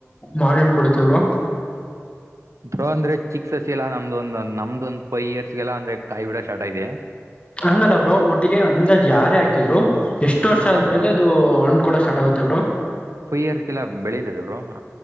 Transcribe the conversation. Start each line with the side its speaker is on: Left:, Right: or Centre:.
Left: ಮಾವಿನ ಹಣ್ಣ ಕೊಡತೇ ಬ್ರೋ.
Right: ಬ್ರೋ ಅಂದ್ರೆ ಚಿಕ್ ಸಸಿ ಎಲ್ಲಾ ನಮ್ದು ಒಂದಂದ ನಮ್ದು ಒಂದು ಫೈವ್ ಇಯರ್ಸ್ ಗೆಲ್ಲ ಅಂದ್ರೆ ಕಾಯಿ ಬಿಡೋ ಶಾರ್ಟ ಇದೆ.
Left: ಹಂಗಲ್ಲ ಬ್ರೋ ಒಟ್ಟಿಗೆ ಅಂದಾಜ್ ಯಾರೇ ಹಾಕಿದ್ರು. ಎಷ್ಟ ವರ್ಷ
Right: ಹಾ
Left: ಆದ್ಮೇಲೆ
Right: ಬ್ರೋ
Left: ಅದು ಹಣ. ಕೂಡ ಸ್ಟಾರ್ಟ ಆಗುತ್ತೆ ಬಿಡು.
Right: ಫೈ ಇಯರ್ಸ್ಗೆಲ್ಲಾ ಬೆಳೆತದ ಬರು. <unintelligible>